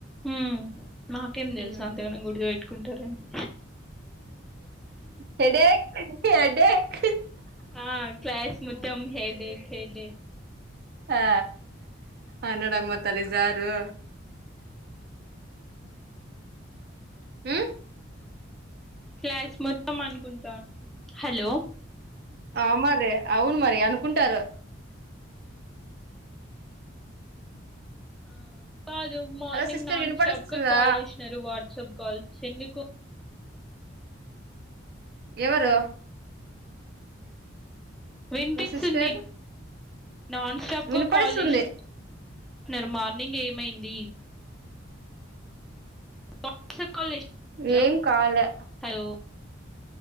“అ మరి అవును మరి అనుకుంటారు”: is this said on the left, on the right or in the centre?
Right